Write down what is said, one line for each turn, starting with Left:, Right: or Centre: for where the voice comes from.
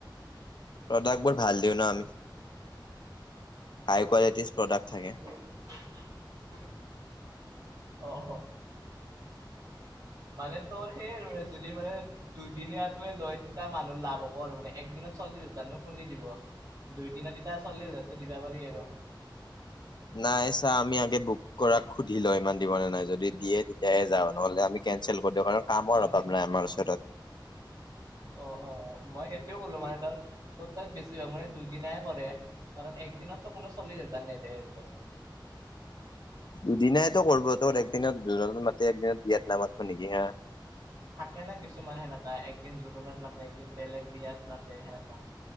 Left: প্ৰডাক্ট বোৰ ভাল দিওঁ ন আমি। হাই কোৱালিটিচ প্ৰডাক্ট থাকে।
Right: <inaudible> অহ পাৰে তোৰ হেই আৰু যদি মানে- দুইদিনীয়াটোৱে লৈ তিতা মানুহ লাভ হ'ব আৰু মানে একদিনত চল্লিশ হাজাৰনো কোনে দিব। দুই দিনত তেতিয়া চল্লিছ হাজাৰটো দিব পাৰি আৰু।
Left: নাই চা আমি আগে বুক কৰাক সুধি লওঁ ইমান দিবনে নাই যদি দিয়ে তেতিয়াহে যাওঁ নহ'লে আমি- কেনচেল কৰি দিওঁ কাৰণ কামৰ
Right: অ
Left: অভাৱ
Right: সেই
Left: নাই আমাৰ ওচৰত।
Right: অ অ' ময় এতিয়াও অলমান এটা- ত বেছিভাগ মানে দুইদিনাই কৰে কাৰণ একদিনতো কোনো চল্লি হাজাৰ নেদে আৰু। ত'
Left: দুদিনাইতো কৰিব তোৰ একদিনত জুৰনত মাতি একদিনত বিয়াত নামাতব নেকি হাঁ।
Right: থাকে না কিছুমান সেনেকা একদিন জোৰোণত মাতে একদিন বেলেগ বিয়াত মাতে সেনেকা।